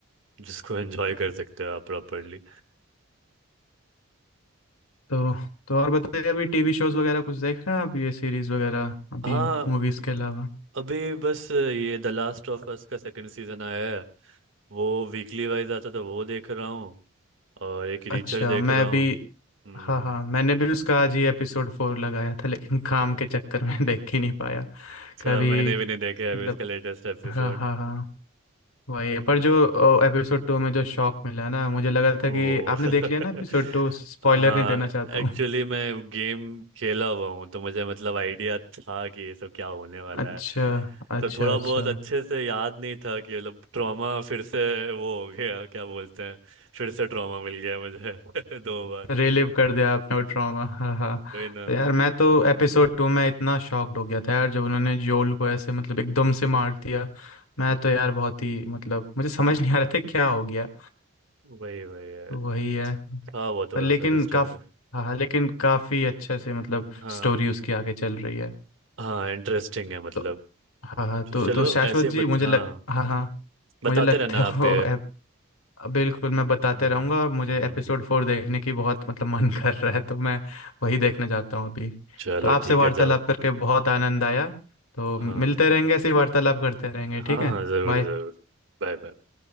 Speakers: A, on the right; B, on the left.
A: जिसको <laughs> एंजॉय कर सकते हो आप प्रॉपरली
B: तो तो और बताइए अभी टीवी शोज वगैरह कुछ देख रहे हैं आप ये सीरीज वगैरह अभी
A: हाँ
B: मूवीज के अलावा
A: अभी बस ये द लास्ट ऑफ अस का सेकंड सीजन आया है वो वीकली वाइज आता था वो देख रहा हूँ और एक रीचर
B: अच्छा
A: देख
B: मैं
A: रहा हूँ
B: भी
A: हम्म
B: हाँ हाँ मैंने भी उसका आज ही एपिसोड फोर लगाया था लेकिन काम के चक्कर में <laughs> देख ही नहीं पाया
A: अच्छा
B: कभी
A: मैंने भी नहीं देखा है
B: मतलब
A: अभी इसका लेटेस्ट एपिसोड
B: हाँ हाँ हाँ वही पर जो एपिसोड टू में जो शॉक मिला ना मुझे लगा था
A: वो
B: कि आपने
A: <laughs>
B: देख लिया ना एपिसोड टू स्पॉइलर
A: हाँ
B: नहीं देना चाहता
A: एक्चुअली
B: हूँ
A: मैं गेम खेला हुआ हूँ तो मुझे मतलब आइडिया था कि ये सब क्या होने वाला
B: अच्छा
A: है
B: अच्छा
A: तो थोड़ा
B: अच्छा
A: बहुत अच्छे से याद नहीं था कि मतलब ट्रॉमा फिर से वो हो गया क्या बोलते हैं फिर से ट्रॉमा मिल गया मुझे <laughs> दो बार
B: रिलीव कर दिया आपने वो ट्रॉमा हाँ हाँ
A: वही ना
B: तो यार मैं तो एपिसोड टू में इतना शॉक्ड हो गया था यार जब उन्होंने जोल को ऐसे मतलब एकदम से मार दिया मैं तो यार बहुत ही मतलब मुझे समझ नहीं आ रहा था क्या हो गया
A: वही वही है
B: तो वही है
A: था वो थोड़ा
B: पर लेकिन
A: सा डिस्टर्बिंग
B: काफ हाँ हाँ लेकिन काफ़ी अच्छे से मतलब
A: हाँ
B: स्टोरी उसकी आगे चल रही है
A: हाँ इंटरेस्टिंग है मतलब
B: तो हाँ हाँ तो
A: तो चलो
B: तो शाश्वत
A: ऐसे
B: जी
A: बता
B: मुझे
A: हाँ
B: लग हाँ हाँ
A: बताते
B: मुझे लगता
A: रहना
B: है
A: आप
B: वो
A: भी
B: बिल्कुल मैं बताते
A: हाँ
B: रहूंगा और मुझे
A: हम्म, हम्म,
B: एपिसोड
A: हम्म।
B: फोर देखने की बहुत मतलब मन <laughs> कर रहा है तो मैं वही देखने जाता हूँ अभी
A: चलो
B: तो आपसे
A: ठीक
B: वार्तालाप
A: है जाओ
B: करके बहुत आनंद आया तो मिलते
A: हाँ
B: रहेंगे ऐसे ही वार्तालाप करते रहेंगे
A: हाँ
B: ठीक
A: हाँ
B: है
A: जरूर
B: बाय
A: जरूर Bye bye